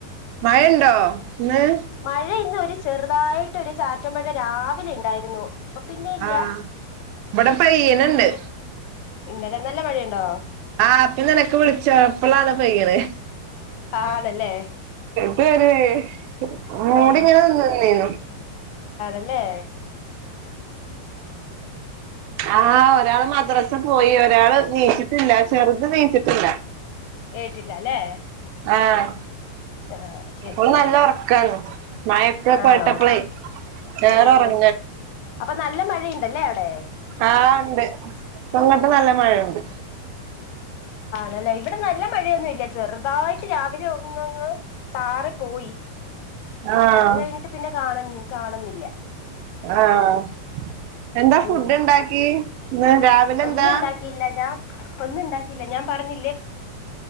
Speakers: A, on the right (about 80°); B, on the left (about 80°).
A: മഴയുണ്ടോ ഇന്ന്
B: മഴ ഇന്ന് ഒരു ചെറുതായിട്ട് ഒരു ചാറ്റമഴ രാവിലെ ഉണ്ടായിരുന്നു അപ്പൊ പിന്നെ ഇല്ല
A: ആഹ് ഇവിടെ പയ്യനുണ്ട്
B: ഇന്നലെനല്ല മഴയുണ്ടോ
A: ആഹ പിന്ന നിനക്ക് വിളിച്ചപ്പളാണ് പയ്യണ്
B: ആണല്ലേ
A: ബറ <inaudible> മൂടിങ്ങനെ
B: ആഹ്
A: നി നിന്നീര്ന്നേ നു
B: അല്ലേ
A: ആ ഒരാള് മദ്രസ് പോയി ഒരാള് ല്ല ചെറുത എനീച്ചിട്ടില്ല
B: ഏറ്റില്ല അല്ലേ
A: ആഹ
B: ആഹ് ശരി
A: ഓള്നല്ല
B: ശരി
A: ഉറക്കന്ന് മഴൊക്കെ കേട്ടപ്പളേ
B: ആണോ
A: വേറെ
B: ഉം
A: ഉറങ്ങ
B: അപ്പൊ നല്ല മഴയുണ്ടല്ലേ അവിടെ
A: ആഹ ഉണ്ട് ഇപ്പങ്ങട്ട് നല്ല മഴുണ്ട്
B: ല്ല ഇവിടെ നല്ല മഴയൊന്നും ഇല്ല ചെറുതായിട്ട് രാവിലെ ഒന്നങ്ങ് ചാറിപോയി
A: ആഹ്
B: അത് കഴിഞ്ഞിട്ട് പിന്നെ കാണൻ കാണുന്നില്ല
A: ആഹ എന്താ ഫുഡ്
B: ഉം
A: ഇണ്ടാക്കിന്ന് രാവിലെ
B: ഒന്നും
A: എന്താ
B: ഉണ്ടാക്കിയില്ല ഞാൻ ഒന്നും ഉണ്ടാക്കില്ല ഞാൻ പറഞ്ഞ